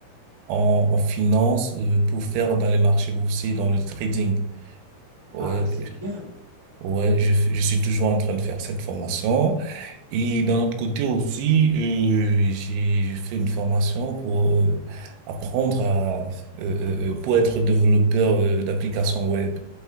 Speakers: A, on the right (about 80°); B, on the right (about 40°).
A: en, en finance euh, pour faire dans les marchés boursiers, dans le trading. Ouais,
B: Ah, c'est bien.
A: ouais, je, je suis toujours en train de faire cette formation. Et d'un autre côté aussi, euh, j'ai j'ai fait une formation pour euh, apprendre à euh, euh, euh, pour être développeur euh, d'applications web.